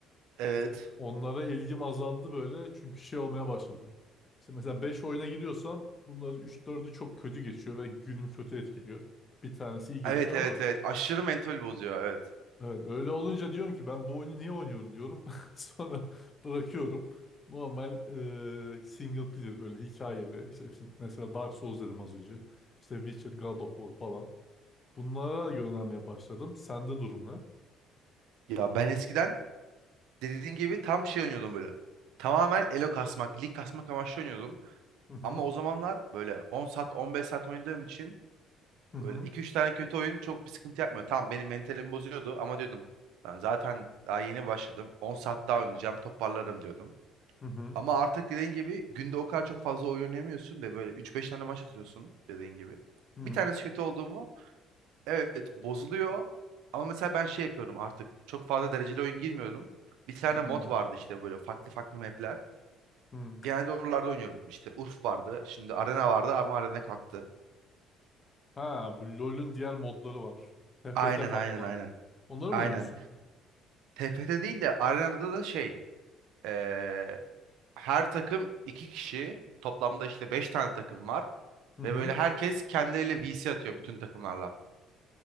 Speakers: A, on the right (about 70°); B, on the left (about 35°).
A: Evet.
B: On- Onlara ilgim azaldı böyle çünkü şey olmaya başladı. İşte mesela 5 oyuna giriyorsam bunların üç dördü çok kötü geçiyor ve günüm kötü etkiliyor. Bir tanesi iyi geçiyor
A: Evet evet
B: ama
A: evet. Aşırı mentol bozuyor evet.
B: evet öyle olunca diyorum ki ben bu oyunu niye oynuyorum diyorum. <laughs> Sonra bırakıyorum. Normal e, single player böyle hikayeli. İşte mesela Dark Souls dedim az önce. İşte Witcher, God of War falan. Bunlara yönelmeye başladım. Sende durum ne?
A: Ya ben eskiden dediğin gibi tam şey oynuyordum böyle. Tamamen elo kasmak, lig kasmak amaçlı oynuyordum.
B: Hı hı.
A: Ama o zamanlar böyle 10 saat, 15 saat oynadığım için
B: Hı hı.
A: böyle iki üç tane kötü oyun çok bir sıkıntı yapmıyor. Tamam benim mentalimi bozuyordu ama diyordum ben zaten daha yeni başladım. 10 saat daha oynayacağım, toparlarım diyordum.
B: Hı hı.
A: Ama artık dediğin gibi günde o kadar çok fazla oyun oynamıyorsun ve böyle üç beş tane maç atıyorsun dediğin gibi.
B: Hı hı.
A: Bir tanesi kötü oldu mu Evet bozuluyor. Ama mesela ben şey yapıyorum artık çok fazla dereceli oyun girmiyorum. Bir tane
B: Hı
A: mod vardı işte böyle farklı farklı map'ler.
B: hı.
A: Genelde oralarda oynuyorum. İşte Urf vardı. Şimdi Arena vardı ama Arena kalktı.
B: Ha bu LoL'ün diğer modları var. TFT
A: Aynen
B: falan
A: aynen
B: var.
A: aynen.
B: Onları
A: Aynen.
B: mı oynuyorsun?
A: TFT değil de Arena'da da şey. eee, her takım iki kişi. Toplamda işte beş tane takım var.
B: Hı hı.
A: Ve böyle herkes kendileriyle VC atıyor bütün takımlarla.